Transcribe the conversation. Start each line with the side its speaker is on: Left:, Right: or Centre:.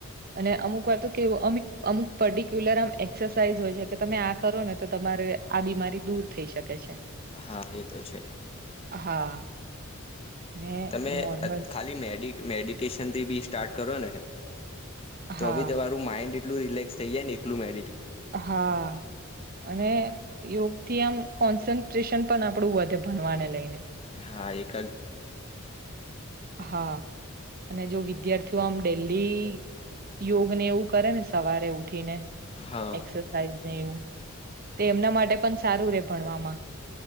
Right: અને અમુક વાર, તો કેવું અમુક અમુક પર્ટિક્યુલર આમ એક્સરસાઇઝ હોય છે, કે તમે આ કરો ને તો તમાર આ બીમારી દૂર થઈ, શકે છે.
Left: હા, એ તો છે
Right: હા. ને
Left: તમે
Right: નોર્મલ
Left: ખાલી મેડી મેડિટેશનથી બી સ્ટાર્ટ કરો ને
Right: હા,
Left: તો હી, તમારું માઇન્ડ એું રિલેક્ થઈ, જ ને એલું મે
Right: હા, અને યોગ ત્યા આમ કોન્સન્ટ્રેશન પણ આપણું વધે, ભણવાને લઈને
Left: હા, એક
Right: હા, અને જો વિદ્યાર્થીઓ આમ ડેલી યોગ, ને એવું કરે ને સવારે ઉઠી ને
Left: હા
Right: એક્સરસાઇઝ, ને એવું તે એમના માટે પણ સારું, રે ભણવામાં